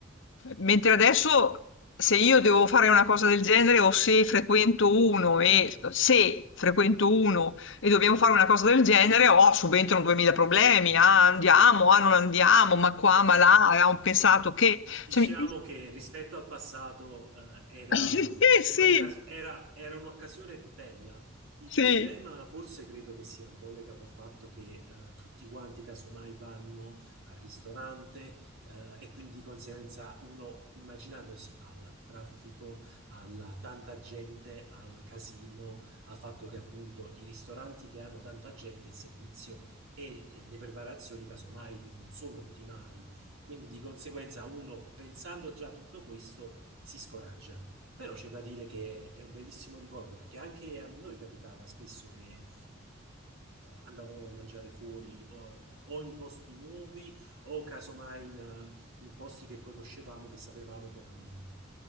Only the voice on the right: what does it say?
Diciamo
che rispetto al passato, eh, era,
mh, un'occas-
era- era un'occasione bella. Il
problema forse credo che sia un po' legato al fatto che eh, tutti quanti casomai vanno al ristorante eh, e quindi di conseguenza uno immaginandosi al traffico, alla tanta gente, al casino, al fatto che appunto i ristoranti che hanno tanta gente, il servizio e eh, le preparazioni casomai non sono ottimali quindi di conseguenza uno, pensando già a tutto questo, si scoraggia. Però c'è da dire che è un bellissimo ricordo, perché anche a noi capitava spesso che eh, andavamo a mangiare fuori o, o in posti nuovi o casomai in, in posti che conoscevamo, che sapevamo che erano